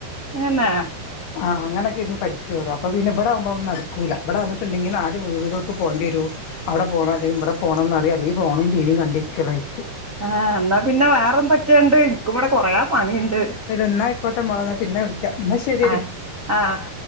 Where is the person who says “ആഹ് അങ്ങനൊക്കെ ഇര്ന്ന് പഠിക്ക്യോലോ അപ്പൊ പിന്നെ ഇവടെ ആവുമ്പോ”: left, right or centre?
Left